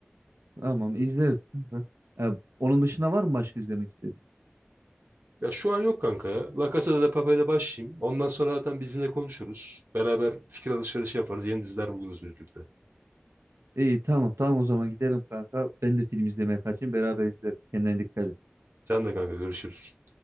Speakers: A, on the right; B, on the right.
A: Tamam izleriz kanka. E, onun dışında var mı başka izlemek istediğin?
B: Ya şu an yok kanka ya. La Casa de Papel'e başlayayım. Ondan sonra zaten bizimle konuşuruz. Beraber fikir alışverişi yaparız. Yeni diziler buluruz birlikte.
A: İyi tamam tamam o zaman gidelim kanka. Ben de film izlemeye kaçayım beraber izleriz. Kendine dikkat et.
B: Sen de kanka görüşürüz.